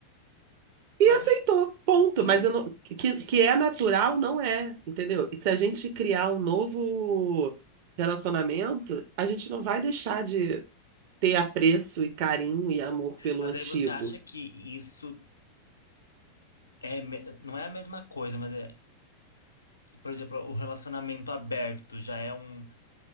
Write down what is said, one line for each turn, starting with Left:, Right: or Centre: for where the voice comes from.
Right: E
Left: Mas
Right: aceitou, ponto.
Left: sim,
Right: Mas eu não- que, que é natural, não é, entendeu? E se a gente criar um novo relacionamento, a gente não vai deixar de ter apreço e carinho e amor pelo
Left: mas
Right: antigo.
Left: aí você acha que isso é, me- não é a mesma coisa, mas é, por exemplo, o relacionamento aberto já é um